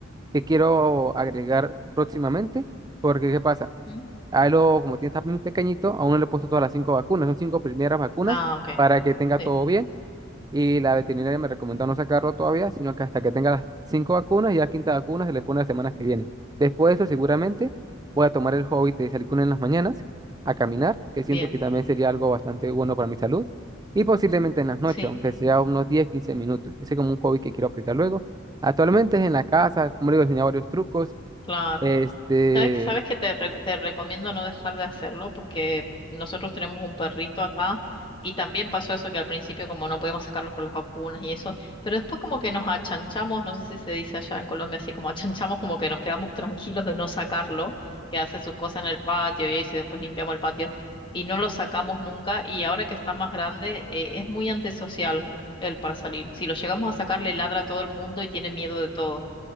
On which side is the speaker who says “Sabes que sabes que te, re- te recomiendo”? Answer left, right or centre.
Left